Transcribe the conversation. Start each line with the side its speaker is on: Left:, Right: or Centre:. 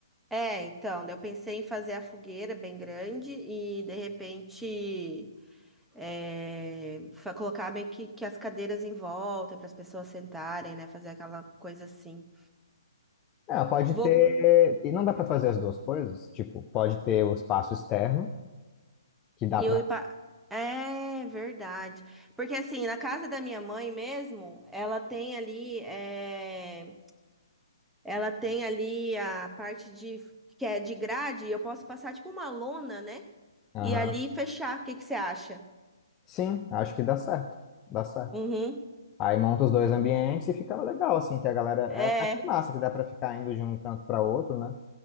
Centre: É, então, eu pensei em fazer a fogueira bem grande e de repente É, fa- colocar meio que, que as cadeiras em volta para as pessoas sentarem, né? Fazer aquela coisa assim.
Left: É, Ela pode
Centre: Vou
Left: ter, e não dá para fazer as duas coisas, tipo, pode ter o espaço externo, que dá
Centre: eu
Left: para.
Centre: ir pa- É verdade. Porque assim, na casa da minha mãe mesmo, ela tem ali, é, ela tem ali a parte de que é de grade, eu posso passar tipo uma lona, né?
Left: Aham.
Centre: E ali fechar. O que que você acha?
Left: Sim, acho que dá certo, dá certo.
Centre: Uhum.
Left: Aí monta os dois ambientes e fica legal, assim, que a galera.
Centre: É.
Left: É até massa que dá para ficar indo de um canto para outro, né?